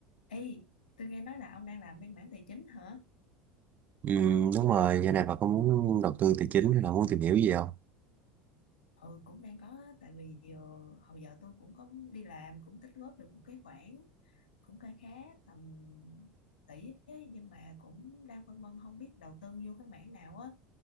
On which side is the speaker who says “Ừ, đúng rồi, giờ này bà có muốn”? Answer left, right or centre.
Right